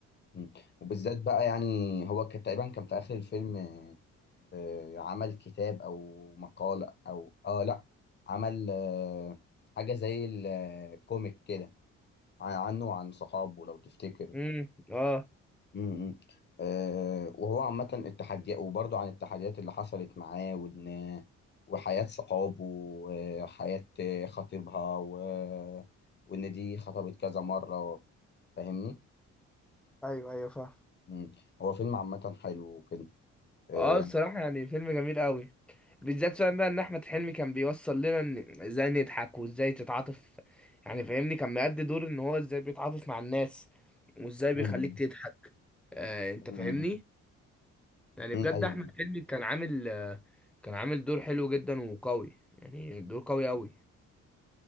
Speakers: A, on the left (about 35°); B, in the centre.
A: م. وبالذات بقى يعني هو كان تقريبا كان في آخر الفيلم آه، آه، عمل كتاب أو مقالة أو آه لأ عمل آه، حاجة زي الكوميك كده ع- عنه وعن صحابه لو تفتكر
B: امم اه
A: امم أه وهو عامة التحديات وبرضه عن التحديات اللي حصلت معاه وإن وحياة صحابه وحياة خطيبها و... وإن دي خطبت كذا مرة فاهمني؟
B: ايوه ايوه فاهم
A: مم. هو فيلم عامة حلو وكده أه
B: اه الصراحة يعني فيلم جميل قوي بالذات فاهم بقى ان احمد حلمي كان بيوصل لنا ان ازاي نضحك وازاي تتعاطف يعني فاهمني كان مأدي دور ان هو ازاي بيتعاطف مع الناس وازاي بيخليك
A: مم.
B: تضحك آه انت
A: مم.
B: فاهمني يعني
A: مم.
B: بجد
A: أيوه
B: احمد حلمي كان عامل آه، كان عامل دور حلو جدا وقوي يعني دور قوي قوي